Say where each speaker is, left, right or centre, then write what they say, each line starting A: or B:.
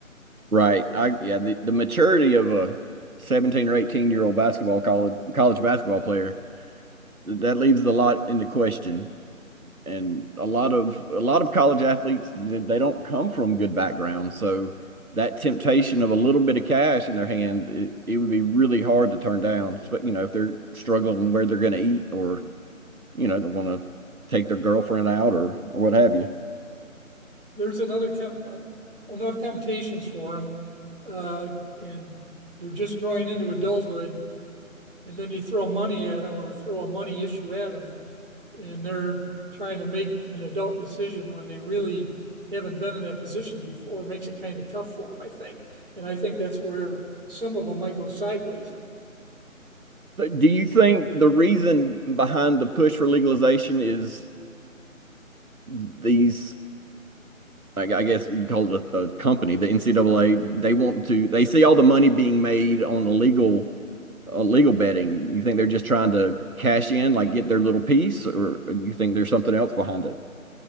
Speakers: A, on the right; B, on the right.
A: Right. I yeah, the, the maturity of a 17 or 18 year old basketball college college basketball player that leaves a lot into question. And a lot of a lot of college athletes, they don't come from good backgrounds, so that temptation of a little bit of cash in their hand, it, it would be really hard to turn down. But you know, if they're struggling where they're going to eat, or you know, they want to take their girlfriend out, or or what have you.
B: There's another temp- uh, enough temptations for them, uh, and they're just growing into adulthood. And then you throw money at them or throw a money issue at them, and they're trying to make an adult decision when they really haven't been in that position before makes it kind of tough for them, I think. And I think that's where some of them might go sideways.
A: So do you think the reason behind the push for legalization is these like I guess you call it a, a company, the NCAA, they want to they see all the money being made on illegal illegal betting. You think they're just trying to cash in, like get their little piece, or you think there's something else behind it?